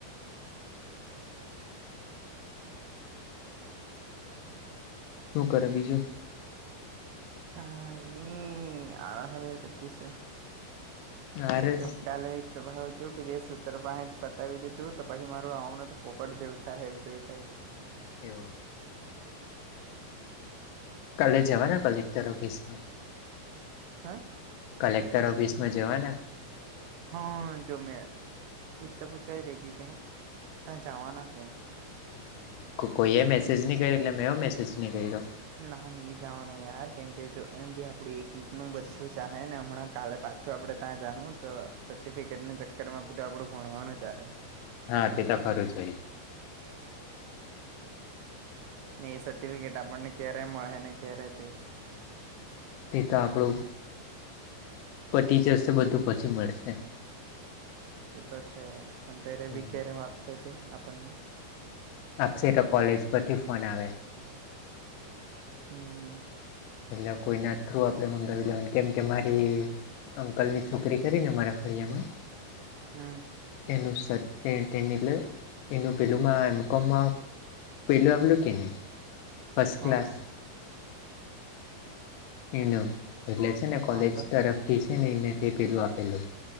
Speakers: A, on the left; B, on the right.
A: શું કરે બીજું?
B: કાય ની આળ હવે કટે સે.
A: આરસ
B: કેમ ટાલે. તમે હવે જો પેલી એ સૂત્ર પાસે જ પતાવી દીધું તો પછી મારું આવનું તો પોપટ જેવું થાહે એવું જેવું થાય.
A: એવું. કાલે જવાના કલેક્ટર ઓફિસમાં.
B: હે?
A: કલેક્ટર ઓફિસમાં જવાના?
B: હહ જો મેં પૂછતા પૂછતા ઈ રઈ ગયું કે ત્યા જાવાના કે એમ?
A: હમ કો કોઈએ મેસેજ ની કર્યો એટલે મેં ઓ મેસેજ ની કર્યો.
B: ના ની જાવાનું યાર કેમ કે જો એમ ભી આપડું એક વીકનું બધું જાહે ને હમણાં કાલે પાછું આપડે ત્યાં જાહું તો સર્ટિફિકેટની ચક્કરમાં પેલું આપડું ભણવાનું જાહે.
A: હા તે તો ખરું છે.
B: ને એ સર્ટિફિકેટ આપણને ક્યારે મળ હે ને ક્યારે તે
A: તે તો આપણું પટી જશે બધું પછી મળશે.
B: ઈતો છે પણ ત્યારે
A: હમ
B: વીકે રેવ આપશે તે આપણને?
A: આપશે તો કોલેજ પરથી ફોન આવે.
B: હમ
A: એટલા કોઈના થ્રુ આપણે મંગાવી લેવાની કેમ કે મારી અંકલની છોકરી ખરીને મારા ફળિયામાં
B: હહ
A: એનું સ તેન તેન એટલે એનું પેલું માં બીકોમમાં પેલું આપલું કે નહીં ફસ્ટ ક્લાસ?
B: હા
A: એનું એટલે છે ને કોલેજ
B: હા તો
A: તરફથી છે ને એને તે પેલું આપેલું.